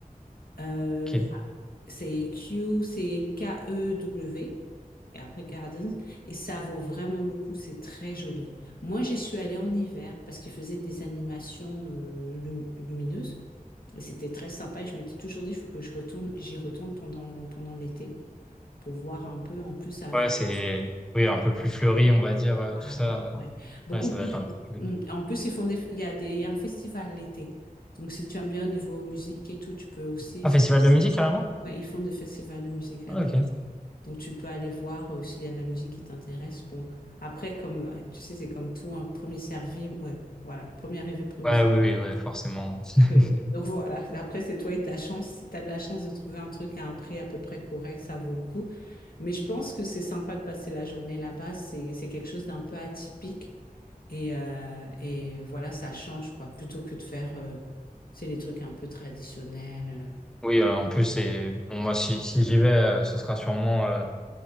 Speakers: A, on the left; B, in the centre.
A: Euh,
B: Ok.
A: c'est Kew, c'est K-E-W, et après Gardens, et ça vaut vraiment le coup, c'est très joli. Moi, j'y suis allée en hiver parce qu'ils faisaient des animations euh, lum- lumineuses. Et c'était très sympa et je m'étais toujours dit, il faut que je retourne, j'y retourne pendant, pendant l'été pour voir un peu en plus avec.
B: Ouais, c'est oui un peu plus fleuri, on va dire euh,
A: Voilà,
B: tout ça. euh.
A: ouais. Beaucoup
B: Ouais, ça
A: plus.
B: doit être un peu plus-
A: Mm. En plus, ils font des, il y a des, il y a un festival l'été. Donc, si tu aimes bien au niveau musique et tout, tu peux aussi.
B: Ah,
A: c'est-
B: festival de musique carrément?
A: ouais, ils font des festivals de musique là-bas.
B: Ah, ok.
A: Donc, tu peux aller voir euh, s'il y a de la musique qui t'intéresse. Bon, après, comme euh, tu sais, c'est comme tout, un premier servi. Ouais, voilà. Premier arrivé, premier
B: Ouais,
A: servi.
B: oui, oui, ouais, forcément.
A: Donc,
B: <laughs>
A: euh, donc voilà, après c'est toi et ta chance. Si tu as de la chance de trouver un truc à un prix à peu près correct, ça vaut le coup. Mais je pense que c'est sympa de passer la journée là-bas. C'est, c'est quelque chose d'un peu atypique. Et, euh, et voilà, ça change, quoi, plutôt que de faire, euh, c'est les trucs un peu traditionnels.
B: Oui, euh, en plus c'est bon, moi si si j'y vais, euh, ce sera sûrement euh,